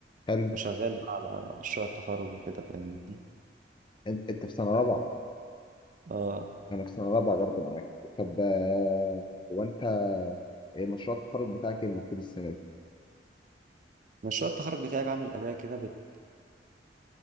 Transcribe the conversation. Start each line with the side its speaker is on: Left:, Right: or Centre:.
Left: حلو
Right: فشغال بقى على مشروع التخرج وكده فاهمني
Left: انت انت في سنه رابعه
Right: اه
Left: انا في سنه رابعه برضه معاك طب آه، هو انت إيه مشروع التخرج بتاعك ايه المفروض السنه دي
Right: مشروع التخرج بتاعي بعمل أداة كده بت